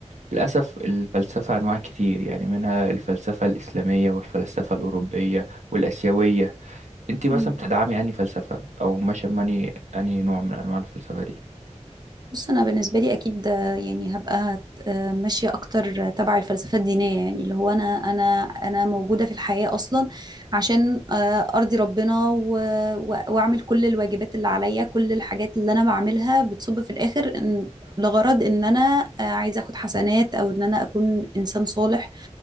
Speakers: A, on the right (about 70°); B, on the right (about 35°).
A: للأسف الفلسفة أنواع كتير يعني منها الفلسفة الإسلامية والفلسفة الأوروبية والآسيوية انت مثلا
B: مم.
A: بتدعمي أنهي فلسفة أو ماشية ماني أنهي نوع من أنواع الفلسفة دي؟
B: بص انا بالنسبه لي اكيد آه، يعني هبقى آه، ماشيه اكتر آه، تبع الفلسفه الدينيه يعني اللي هو انا انا انا موجوده في الحياه اصلا عشان آه، ارضي ربنا و- و- واعمل كل الواجبات اللي عليا كل الحاجات اللي انا بعملها بتصب في الاخر إن لغرض ان انا آه، عايزه اخد حسنات او ان انا اكون انسان صالح